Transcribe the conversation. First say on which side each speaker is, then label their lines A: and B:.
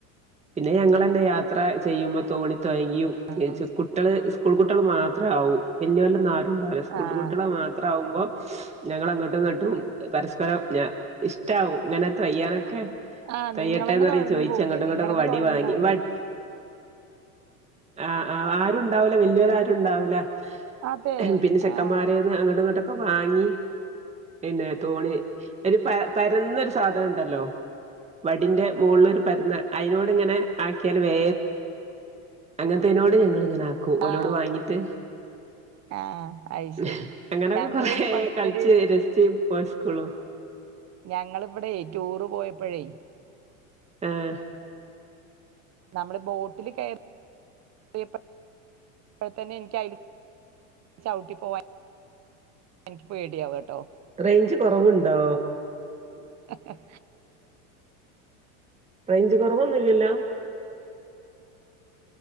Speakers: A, on the right; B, on the right.
A: പിന്നെ ഞങ്ങളെന്നെ യാത്ര ചെയ്യുമ്പോ തോണി തോയയും
B: ആഹ്
A: ഏച്ച
B: അയ് ശരി
A: കുട്ടെള് സ്കൂൾ കുട്ടെള് മാത്രം ത്രാവും. വല്ലിയോലെന്നാരുണ്ടാവൂല്ല. സ്കൂട്ട്
B: ആഹ്
A: കുട്ടിയോളെ മാത്രം ആകുമ്പോ ഹും ഞങ്ങള് അങ്ങട്ടും ഇങ്ങട്ടും പരസ്പരം ഞ ഇഷ്ടമാവും ഇങ്ങനെ തോ യ്യാനൊക്കെ.
B: ആഹ്
A: കയ്യട്ടന്ന്
B: നിങ്ങളന്നെ
A: പറഞ്
B: തൊഴഞ്ഞു
A: ചോദിച്
B: പോവൂലേ
A: അങ്ങട്ടും ഇങ്ങട്ടൊക്കെ
B: നിങ്ങളന്നെ
A: വടി
B: തൊഴഞ്ഞു
A: വാങ്ങി
B: പോവൂലേ
A: വട് ആഹ ആ ആരുംണ്ടാവൂല വല്ലിയൊര് രാ രുംണ്ടാവൂല.
B: അതെ
A: ഹ്മ് പിന്നെ ചെക്കന്മാരേന്ന്
B: ആഹ്
A: അങ്ങട്ടും ഇങ്ങട്ടൊക്കെ വാങ്ങി. പിന്നെ തോണി ഒരു പര പരന്ന സാധനം ണ്ടല്ലോ? വടിന്റെ മോള്ല് ഒരു പരുന്ന അയിനോട് ഇങ്ങനെ ആക്കിയാൽ വേ അങ്ങനത്തേനോട് ഞങ്ങളിങ്ങനെ ആക്കും ഓലോട്
B: ആഹ്
A: വാങ്ങിട്ട്.
B: ആഹ് അയ് ശരി
A: ഹ് അങ്ങനൊക്കെ
B: ഞങ്ങള്
A: കൊറെ
B: ഇപ്പ അടുത്തൊരു
A: കളിച്ച് രസി ച്ച് പോ സ്കൂളും.
B: ഞങ്ങള്വ്ടെ റ്റൂർ പോയപ്പഴേ.
A: ആഹ്
B: നമ്മള് ബോട്ടില് കയറിയ റിയപ്പോ പ്പോ തന്നെ എനിക്ക് അയില് ചവ്ട്ടി പോവാൻ എനിക്ക് പോയിടയാവ ട്ടോ?
A: റെയ്ഞ്ച് കൊറവ്ണ്ടോ?
B: എഹ് എഹ്.
A: റെയ്ഞ്ച് കൊറവൊന്നുംല്ലല്ലോ?